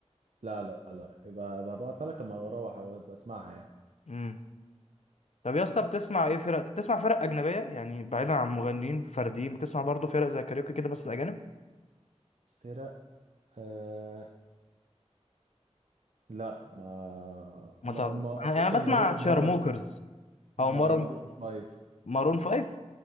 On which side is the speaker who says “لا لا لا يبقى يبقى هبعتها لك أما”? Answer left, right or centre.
Right